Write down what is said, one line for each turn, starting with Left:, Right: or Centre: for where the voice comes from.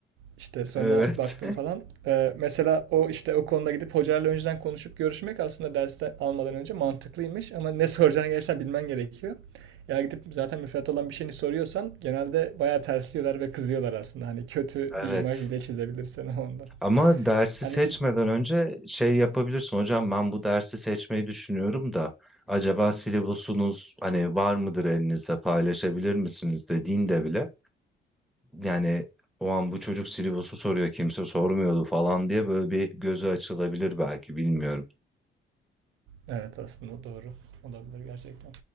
Right: İşte sonra
Centre: Evet.
Right: baktım falan. Ee, mesela o işte o konuda gidip hocayla önceden konuşup görüşmek aslında dersten almadan önce mantıklıymış. Ama ne soracağını gerçekten bilmen gerekiyor. Yani gidip zaten müfredat olan bir şeyini soruyorsan genelde bayağı tersliyorlar ve kızıyorlar aslında. Hani kötü
Centre: <laughs> Evet.
Right: bir imaj bile çizebilirsin <laughs> o anda.
Centre: Ama dersi
Right: Hani
Centre: seçmeden
Right: gidip
Centre: önce şey yapabilirsin. Hocam ben bu dersi seçmeyi düşünüyorum da acaba syllabus'unuz hani var mıdır elinizde paylaşabilir misiniz dediğinde bile yani o an bu çocuk syllabus'u soruyor kimse sormuyordu falan diye böyle bir gözü açılabilir belki bilmiyorum.
Right: evet aslında doğru olabilir gerçekten.